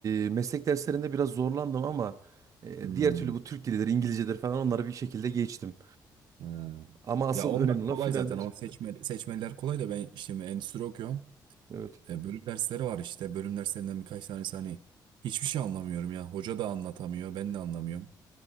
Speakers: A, on the right; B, on the right.
A: Ee, meslek derslerinde biraz zorlandım ama e,
B: Hmm,
A: diğer türlü bu Türk dilidir, İngilizcedir falan onları bir şekilde geçtim.
B: ee.
A: Ama asıl
B: Ya onlar
A: önemli
B: kolay
A: olan finaller.
B: zaten. O seçmeli, seçmeliler kolay da ben işte endüstri okuyorum.
A: Evet.
B: E, bölüm dersleri var işte. Bölüm derslerinden birkaç tanesi hani hiçbir şey anlamıyorum ya. Hoca da anlatamıyor, ben de anlamıyorum.